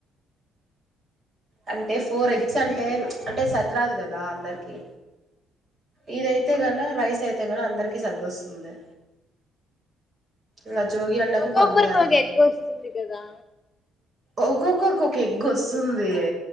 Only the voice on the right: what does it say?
అంటే ఫోర్ ఎగ్స్ అంటే అంటే సరి రాదు గదా అందరికి ఇదైతే గన రైస్ అయితే గన అందరికిీ సర్దుస్తుంది ల జోగి అన్నకు
పంపియాలిగ
ఒక్కొక్కరికి ఒక ఎగ్ వస్తుంది